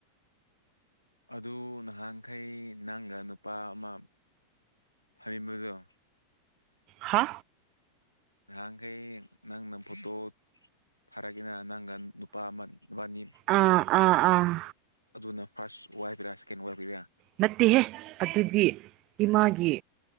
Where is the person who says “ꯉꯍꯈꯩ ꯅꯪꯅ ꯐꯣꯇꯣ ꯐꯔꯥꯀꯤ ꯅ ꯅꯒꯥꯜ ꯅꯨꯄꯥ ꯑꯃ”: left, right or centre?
Left